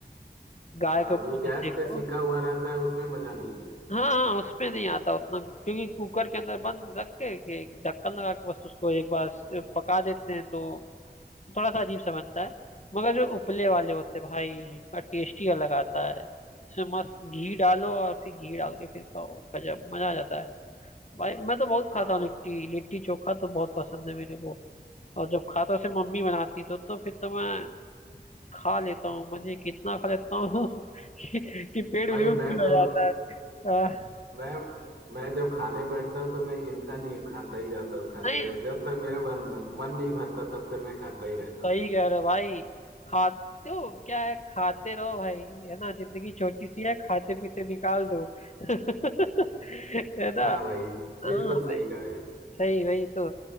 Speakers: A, on the left (about 45°); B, on the right (about 85°).
A: गाय
B: हाँ
A: के उपलों
B: जो गैस
A: में सेको
B: पे सिका हुआ रहता है उसमें मजा नहीं है
A: हाँ हाँ उसमें नहीं आता उतना क्योंकि कुकर के अंदर बंद रख के के ढक्कन लगा के बस उसको एक बार स- पका देते हैं तो थोड़ा सा अजीब सा बनता है मगर जो उपले वाले होते हैं भाई उसका टेस्ट ही अलग आता है उसमें मस्त घी डालो और फिर घी डाल के फिर खाओ गजब मजा आ जाता है भाई मैं तो बहुत
B: हाँ
A: खाता हूँ लिट्टी लिट्टी चोखा तो बहुत पसंद है मेरे को और जब खाता से मम्मी बनाती तो तो फिर तो मैं खा लेता हूँ मजे कितना खा लेता हूँ <laughs> कि, कि पेट
B: भाई
A: बिल्कुल फुल
B: मैं
A: हो
B: तो
A: जाता है आ,
B: मैं मैं जब खाने बैठता हूँ तो मैं गिनता नहीं हूँ, खाता ही जाता हूँ खाते
A: नहीं
B: जाता हूँ। जब तक मेरा मन मन नहीं भरता तब तक मैं खाता ही रहता
A: सही
B: हूँ
A: कह रहे हो भाई खा दो क्या है खाते रहो भाई है ना जिंदगी छोटी सी है खाते पीते निकाल दो <laughs> है ना
B: हाँ भाई
A: हाँ
B: बिल्कुल
A: भाई
B: सही कहा यार
A: सही वही तो